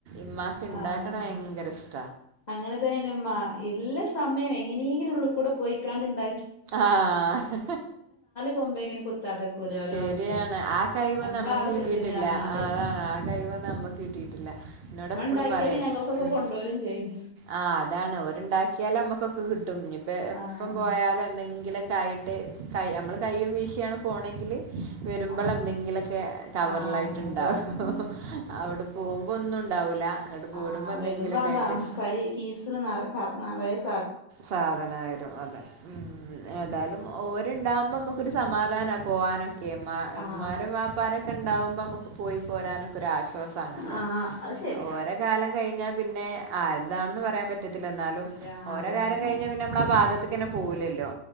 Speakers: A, on the right (about 60°); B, on the left (about 35°).
A: ഇമ്മാക്ക് ഇണ്ടാക്കണ
B: ആഹ്
A: ഭയങ്കര ഇഷ്
B: അങ്ങനെ തന്നെഇന്റെഉമ്മഎല്ലാ സ് സമയം എങ്ങനെങ്ങനെ ഉള്ള കൂടെ പോയിക്കാണ്ട്ഇണ്ട
A: ആഹ്
B: കൊമ്പെങ്കിലും കുത്താതെക്കൂലെ ഓരോ
A: ശരിയാണ്
B: വർഷം
A: ആ കഴിവും
B: ഞമ്മളെ
A: നമ്മക്ക്
B: ആവശ്യത്തിന്
A: കിട്ടിയിട്ടില്ല.
B: പറഞ്ഞാണ്ട്
A: അതാണ് ആ കഴിവന്നും നമ്മക്ക് കിട്ടിയിട്ടില്ല. എന്നോട്
B: ഉമ്മ
A: എപ്പളും
B: ഉണ്ടാക്കിയാല്
A: പറയും
B: ഞങ്ങൾക്കൊക്കെ
A: ഉം
B: കൊണ്ടോരും ചെയ്യും
A: ആഹ് അതാണ് ഓരുണ്ടാക്കിയാലും നമ്മുക്ക് കിട്ടും ഇനിപ്പ എപ്പം
B: ആഹ്
A: പോയാലും എങ്കിലൊക്കെ ആയിട്ട് കൈ ഞമ്മള് കയ്യും വീശിയാണ് പോണങ്കില് വരുമ്പോൾ
B: ആഹ്
A: എന്തെങ്കിലുക്കെ കവറിലായിട്ട്ണ്ടാവോ
B: ആഹ് അങ്ങനെ തന്നെ ഉം
A: അവിടെ പോകുമ്പോ ഒന്നും ഉണ്ടാവൂല. ഇങ്ങട്ട് പോരുമ്പോ
B: ആഹ്
A: എന്തെങ്കിലൊക്കെ
B: വരുമ്പോ അതാ
A: ആയിട്ട്
B: കൈ കീസല് നെറകറ നറേശ്
A: സാധനയരും അതെ ഉം ഏതായാലും ഓര്ണ്ടാവുമ്പോ മുക്കൊരു സമാധാന. പോവാന ഏമാ എമ്മാരും
B: ആഹ്
A: വാപ്പാരൊക്കെ ഇണ്ടാവും. ഇപ്പൊ നമുക്ക്പോയിപോരാനൊരുആശ്വാ സആണല്ലോ
B: ആഹ് അത് ശരിയാ
A: ഓര കാലം കഴിഞ്ഞ പിന്നെ ആരതാണെന്ന് പറയാൻ പറ്റത്തില്ല എന്നാലും
B: ഇല്ല
A: ഓ
B: അതാണ്
A: കാരം കഴഞ്ഞ പിന്നെമ്മള ബ പാഗത്തക്കനെ പോകലല്ലോ.